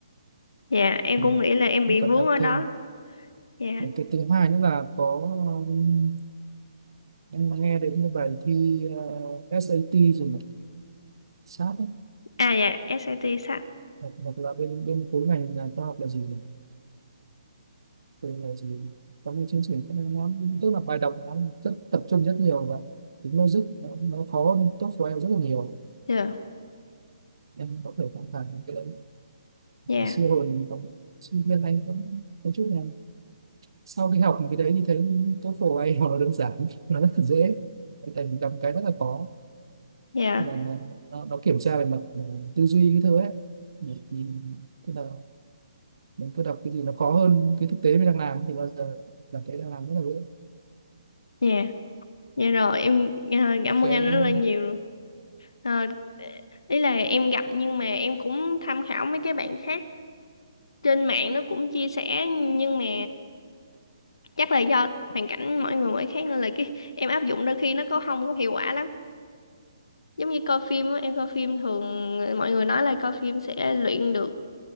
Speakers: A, on the left; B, on the right.
A: dạ em
B: ừ,
A: cũng nghĩ là em bị
B: vận
A: vướng
B: động
A: ở
B: thêm
A: đó dạ
B: Những cái thứ hai nữa là có um, em nghe đến cái bài thi uh, SAT rồi này sát. ấy.
A: à dạ SAT sách
B: Hoặc, hoặc là bên bên khối ngành là khoa học là gì nhỉ về là gì nhỉ? có một chương trình cái này nó tức là bài đọc nó rất tập trung rất nhiều và tính logic nó, nó khó hơn tốt của em rất là nhiều
A: dạ
B: em có thể cảm thấy cái đấy
A: dạ
B: ngày xưa hồi mình còn sinh viên anh cũng có chút là sau khi học cái đấy thì thấy TOEFL ai nó đơn giản <laughs> nó rất là dễ tại vì gặp cái rất là khó
A: dạ
B: tức là nó, nó, nó kiểm tra về mặt ờ, tư duy cái thứ ấy thì tức là mình cứ đọc cái gì nó khó hơn cái thực tế mình đang làm thì bao giờ cảm thấy đang làm rất là dễ
A: dạ dạ rồi em ờ, cảm
B: cái
A: ơn anh rất là nhiều Ờ, ý là em gặp nhưng mà em cũng tham khảo mấy cái bạn khác trên mạng nó cũng chia sẻ nhưng mà chắc là do hoàn cảnh mỗi người mỗi khác nên là cái em áp dụng đôi khi nó có không có hiệu quả lắm giống như coi phim á, em coi phim thường mọi người nói là coi phim sẽ luyện được